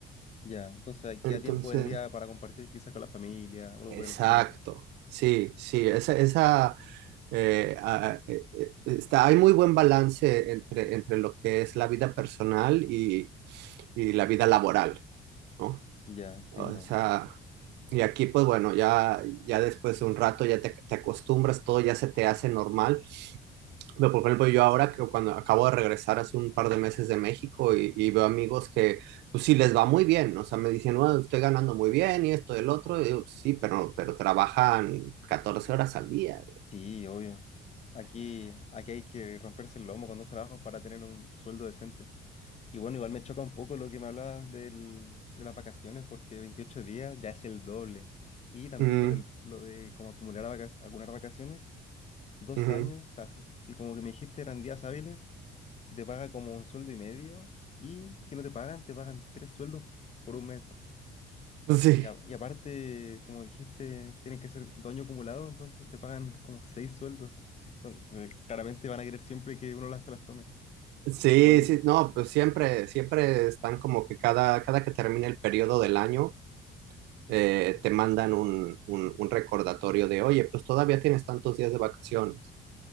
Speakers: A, on the left; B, on the right.
A: ya. Entonces ahí queda
B: Entonces,
A: tiempo del día para compartir quizás con la familia o algo
B: exacto.
A: por el estilo.
B: Sí, sí, esa, esa eh, a- eh, eh, está, hay muy buen balance entre, entre lo que es la vida personal y, y la vida laboral, ¿no?
A: Ya, entiendo.
B: O sea, y aquí, pues bueno, ya, ya después de un rato ya te, te acostumbras, todo ya se te hace normal, Pero, por ejemplo, yo ahora que cuando acabo de regresar hace un par de meses de México y, y veo amigos que, pues sí, les va muy bien, o sea, me dicen, bueno, estoy ganando muy bien y esto y el otro, y digo, "Pues, sí, pero, pero trabajan catorce horas al día.
A: Sí, obvio. Aquí, aquí hay que romperse el lomo con dos trabajos para tener un sueldo decente. Y bueno, igual me choca un poco lo que me hablabas del- de las vacaciones, porque 28 días ya es el doble. Y también
B: Mm,
A: lo del, lo de cómo acumular, vaca- acumular vacaciones. Dos
B: ujú.
A: años, así. Si como que me dijiste eran días hábiles, se te paga como un sueldo y medio y si no te pagan, te pagan tres sueldos por un mes.
B: Pues sí,
A: Y, a- y aparte, como dijiste, tienen que ser dos años acumulados, entonces te pagan como seis sueldos. Sí, Entonces, claramente van a querer siempre que uno las, se las tome.
B: sí,
A: Igual,
B: sí, no, pues siempre, siempre están como que cada, cada que termina el periodo del año, eh, te mandan un, un, un recordatorio de, oye, pues todavía tienes tantos días de vacaciones,